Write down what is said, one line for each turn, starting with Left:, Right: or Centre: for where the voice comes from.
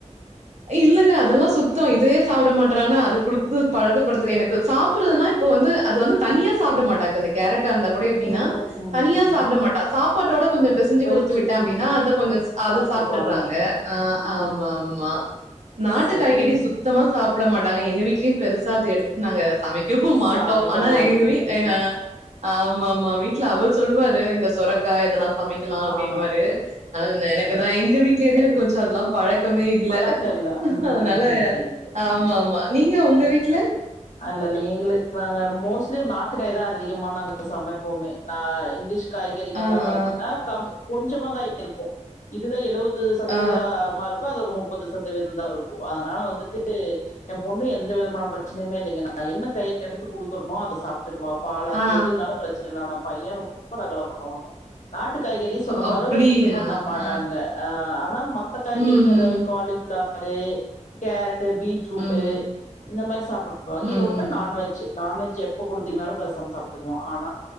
Right: இல்லங்க அதெல்லா சுத்தோ இதே சாப்பட மாட்றாங்கனா அது குடுத்து பாழக்க படுத்துல எனக்கு சாப்புட்றதுனா இப்ப வந்து அது வந்து தனியா சாப்புட மாட்டாக் இந்த கேரட்ட அந்த இப் கூட எப்டின்னா
Left: ம் ம் ம்
Right: தனியா
Left: ம்
Right: சாப்புட மாட்டா சாப்பாட்டோட கொஞ்ச பெசஞ்சி
Left: வெச்சு
Right: குடுத் த்து விட்ட அப்டின்னா
Left: ம்
Right: அத கொஞ்ச
Left: சாப்ட்டுக்குவாங்க
Right: அது சாப்ட்டுறாங்க ஆ
Left: ம்
Right: ஆமா
Left: ம் ம்
Right: ஆமா நாட்டு
Left: சேரி
Right: காய்கறி சுத்தமா சாப்ட மாட்டாங்க எங்க வீட்லயும் பெருசா அத எடுத் நாங்க சமைக் வைக்கவு மாட்டோ
Left: சமைக்க
Right: ஆனா
Left: மாட்டீங்க
Right: எங்க வீ
Left: சேரி சேரி
Right: ஆ ஆமாமா வீட்டுல அவரு சொல்லுவாரு இந்த சொரக்கா இதெல்லா சமைக்கலா
Left: ஆ
Right: அப்டின்னுவாறு‌ ஆனா
Left: சேரி
Right: எனக்குதா எங்க வீடலேருந்து எனக்கு கொஞ்சோ அதெல்லா பழக் பழக்கமோ இல்ல
Left: பழக்க இல்ல ம்
Right: அதனால
Left: சேரி சேரி சேரிங்க
Right: ஆமாமா நீங்க உங்க வீட்டுல
Left: அல்லல்ல ஏங்களுக்கு நாங்க மோஸ்லி நாட்டுக்காய் தா அதிகமா நாங்க சமைப்போமே ந இங்கிலீஷ் காய்கறிகல்லா
Right: ஆ,
Left: பாத்தீங்கனா
Right: ஆ.
Left: கம் கொஞ்சமா தா இருக்கு இதுதா எழுவத் இது சதவீத
Right: ஆ, ஆ.
Left: மாருக் ருக்கு அது முப்பது சதவீதம் தா இருக்கு அதனால வந்துட்டு எ பொண்ணு எந்த விதமான பிரச் ஓன்னுமோ இல்லைங்க நா என்ன கய் எடுத்து குடுக்குறோனோ அதா சாப்ட்டுக்குவா பால் ஆத்தி
Right: ஆ.
Left: எதுன்னாலு பிரச்சன இல்ல ‌ஆனா பைய ரொ ரொம்ப ரகல பண்ணுவாங்க நாட்டு காய்கறி சொன்ன
Right: அப் அப்டியா?
Left: மாரி இது பண்ண மாட்டாங்க
Right: ஆ.
Left: ஆ ஆனா மத்த காய்கறிங்க
Right: ம்,
Left: ஏதாது
Right: ம்.
Left: காலிஃப்ளவரு கேரட் பீட் பீட்ரூட்
Right: ம்.
Left: இந்த மாரி சாப்புட்டுவாங்க
Right: ம்.
Left: இத உட்டா நா நான்வெஜ் நான்வெஜ் எப்ப குடுத்தீங்கனாலு பேசாம சாப்ட்டுக்குவா ஆனா